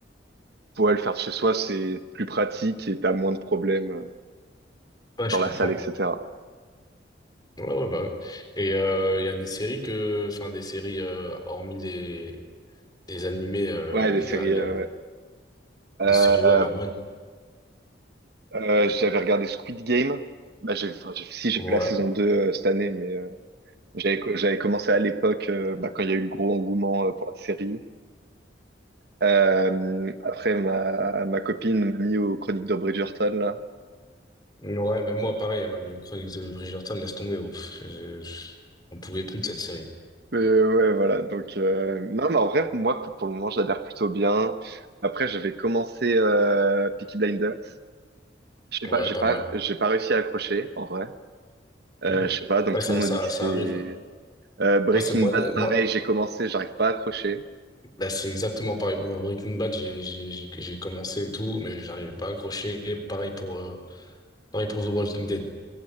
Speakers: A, on the right; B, on the left.
A: pour le faire de chez soi, c'est plus pratique et t'as moins de problèmes euh,
B: ouais
A: que dans
B: je
A: la
B: comprends
A: salle, etc.
B: ouais ouais bah ouais. et euh, il y a des séries que enfin des séries euh, hormis des des animés euh,
A: Ouais, les
B: il
A: séries,
B: y a, il
A: euh,
B: y a
A: ouais. Euh,
B: Des séries, ouais, normal.
A: euh, euh, j'avais regardé Squid Game. Bah, j'ai, enfin, j'ai- si, j'ai
B: Ouais.
A: fait la saison 2 euh, cette année, mais euh, j'avais, co- j'avais commencé à l'époque, euh, bah, quand il y a eu le gros engouement euh, pour la série. Euh, après, ma, ma copine m'a mis aux Chroniques de Bridgerton, là.
B: Ouais, même moi, pareil, elle m'a mis aux chroniques de Bridgerton, laisse tomber. Ouf. Je- je- On pouvait plus de cette série.
A: Mais ouais, voilà. Donc, euh, non, mais en vrai, moi, pour pour le moment, j'adhère plutôt bien. Après, j'avais commencé euh, Peaky Blinders. Je sais
B: Ouais,
A: pas, j'ai
B: pas
A: pas,
B: mal.
A: j'ai pas réussi à accrocher, en vrai. Euh,
B: Mm.
A: je sais pas, donc
B: Ouais,
A: tout
B: ça,
A: le monde
B: ça,
A: me dit que
B: ça
A: c'est...
B: arrive, ouais.
A: Euh, Breaking
B: Moi, c'est moi,
A: Bad,
B: le- moi,
A: pareil, j'ai commencé, j'arrive pas à accrocher.
B: bah, c'est exactement pareil pour moi. Breaking Bad, j'ai, j'ai, j'ai j'ai commencé et tout, mais j'arrivais pas à accrocher. Pareil pour, euh, pareil pour The Walking Dead.